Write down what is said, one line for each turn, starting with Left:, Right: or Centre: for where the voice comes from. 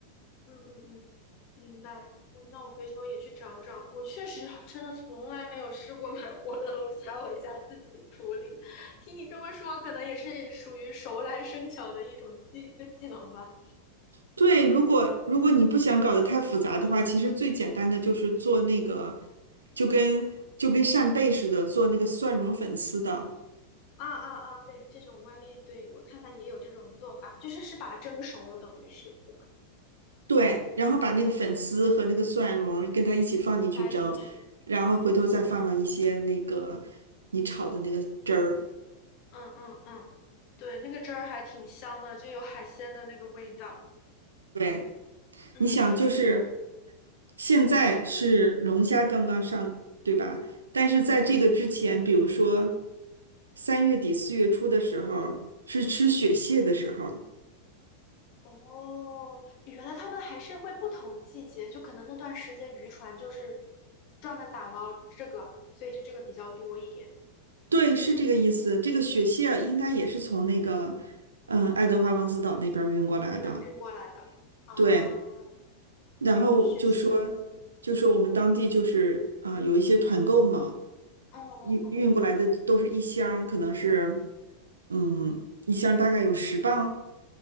Left: 嗯嗯，嗯明白。我那我回头也去找找。我确实还真的从来没有试过买活的东西，还回家自己处理。听你这么说，可能也是属于熟来生巧的一种一一个技能吧。
Right: 对，如果如果你不想搞得太复杂的话，
Left: 嗯
Right: 其实最简单的就是做那个，
Left: 嗯
Right: 就跟就跟扇贝似的，做那个蒜蓉粉丝的。
Left: 啊啊啊！对，这种外面对我看它也有这种做法，就是是把它蒸熟了，等于是对吧？
Right: 对，然后把那个粉丝和那个蒜蓉跟它一起放进去蒸，
Left: 嗯，塞进去。
Right: 然后回头再放上一些那个你炒的那个汁儿。
Left: 嗯嗯嗯，对，那个汁儿还挺香的，就有海鲜的那个味道。
Right: 对，
Left: 嗯。
Right: 你想就是现在是龙虾刚刚上，对吧？但是在这个之前，
Left: 嗯嗯，
Right: 比如说三月底四月初的时候，是吃雪蟹的时候。
Left: 哦，原来他们还是会不同季节，就可能那段时间渔船就是专门打捞这个，所以就这个比较多一点。
Right: 对，是这个意思。这个雪蟹儿应该也是从那个，嗯，
Left: 嗯，
Right: 爱德华王子岛那边儿运过来的。
Left: 那边运过来的啊，
Right: 对，然后就说，
Left: 雪蟹，嗯，
Right: 就说我们当地就是啊、呃有一些团购嘛，
Left: 嗯哦哦
Right: 运运过来的都是一箱儿可能是嗯，一箱儿大概有十磅，